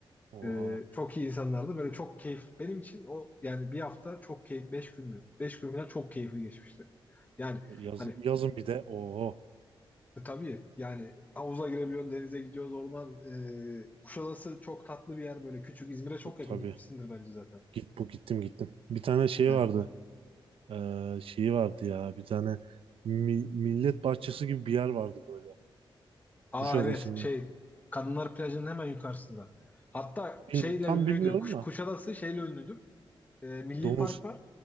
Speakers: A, on the right; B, on the left.
A: Oha.
B: E, çok iyi insanlardı. Böyle çok keyif. Benim için o yani bir hafta çok keyif. Beş gün mü? Beş gün falan çok keyifli geçmişti. Yani
A: Yaz,
B: hani
A: yazın bir de. Oo.
B: E, tabii yani havuza girebiliyorsun, denize gidiyoruz, orman. E, Kuşadası çok tatlı bir yer böyle. Küçük İzmir'e çok
A: t-
B: yakın
A: Tabii.
B: gitmişsindir bence zaten.
A: Git bu gittim gittim. Bir tane şey
B: Yani.
A: vardı. Ee, şeyi vardı ya. Bir tane mi- millet bahçesi gibi bir yer vardı böyle.
B: Aa
A: Kuşadası'nda.
B: evet şey Kadınlar Plajı'nın hemen yukarısında. Hatta
A: Bil-
B: şeyle
A: tam
B: ünlüydü.
A: bilmiyorum
B: Kuş,
A: da.
B: Kuşadası şeyle ünlüdür. E, Milli
A: Domuz.
B: Park var.